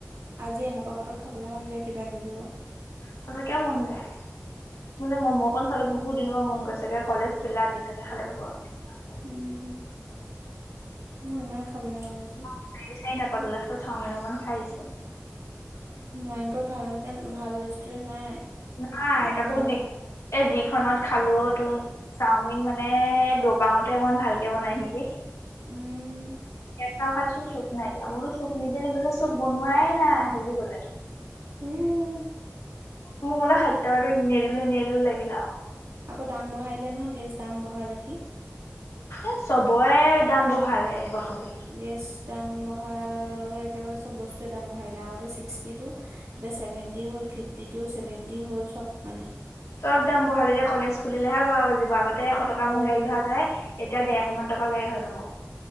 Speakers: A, on the right; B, on the left.
A: আজি এনেকুৱা বতৰত খাবলে মন যায় কিবা কিবি অও।
B: সচাকে মন যায়। মোৰ যে ম'ম' অকন খাবলে বহুত দিনৰ পৰা মন গৈছেগে কলেজ খুলিলেগে আতিথ্যতে খালে হ'ব আৰু কৃষ্ণ।
A: উম, মই ইমান খাবলে মন গৈছে।
B: বিছাৰি বিচাৰি নাপালোঁ, লাষ্টত চাওমিন অকমান খাই আহিছোঁ।
A: নায়েপত ভালকে ভাল ৰেষ্টুৰেণ্ট নাই।
B: নাই,
A: মানে
B: তাকো
A: ভাল
B: যি এ যিখনত খালো অ' তোন- চাওমিন মানে, দৌপাঙতে অকমান ভালকে বনাই নেকি?
A: উম
B: ত খাইছোঁ চুপ নাই দিয়া, মোৰতো চুপ নিদি নিদিলে চুপ বনোৱাই নাই সেই বুলি কলে।
A: উমহু'
B: মোৰ মতে ষাঠি টকাটো এনে দিলো এনে দিলো লাগিলে আৰু।
A: আকৌ দাম বঢ়াই দিলে নহয় গেছ দাম বঢ়া দেখি।
B: এ চবৰে দাম বঢ়ালে এ বাকলি।
A: গেছ দাম বঢ়াৰ লগে লগে একেবাৰে চব বস্তুৱে দাম বঢ়াই দিলে, আগতে ছিক্সটিটো- এতিয়া ছেভেণ্টি হ'ল ফিফটি টু চেভেন্টি হ'ল চব মানে।
B: চব দাম বহালে এতিয়া কলেজ খুলিলেহে বাৰ বাজিব আগত তে এশ টকা
A: খোৱা
B: মোৰ
A: বাজিব
B: গাড়ী ভাৰা যায় এতিয়া দেৰশ
A: উম
B: মান টকা গাড়ী ভাৰা যাব।